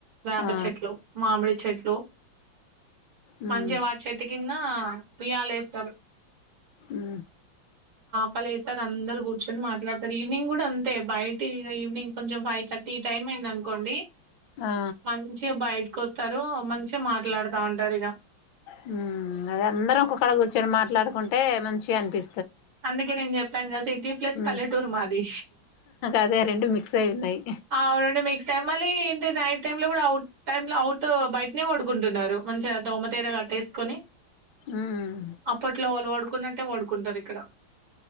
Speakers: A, on the right; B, on the left.
A: వేప
B: ఆ
A: చెట్లు, మామిడి చెట్లు
B: ఉమ్
A: మంచిగ్ వా చేట్కి ఉన్నావా ఊయ్యలేస్తావు
B: ఆ
A: బలే చెస్తారు అందరు కూర్చొని మాట్లాడతరు ఈవినింగ్ కూడా అంతే బయట ఇగ ఈవినింగ్ కొంచెం ఫైవ్ థర్టీ టైం అయిందనుకోండి
B: ఆ
A: మంచిగ బయట కొస్తారు మంచిగ మాట్ మాట్లాడుతా ఉంటారు ఇగ
B: హు అదే అందరం ఒక్కొక్కడ కూర్చొని మాట్లాడుకుంటే మంచిగా అనిపి
A: అందుకే నేను చెప్పాను కదా సిటీ ప్లస్
B: ఉమ్
A: పల్లెటూరు మాది
B: అదే రెండు మిక్స్ అయి ఉన్నాయి
A: అవురెండు మీస్క్స్ అయి మ్మళి ఏంటి నై టైం ల కూడా అవుట్ టైమ్ ల అవుట్ బయటనే పడుకుంటున్నారు మంచిగా దోమతేర కట్టేసుకొని
B: ఉమ్
A: అప్పట్లో వాళ్ళు పడు కున్నట్టే పడుకుంటారు ఇక్కడ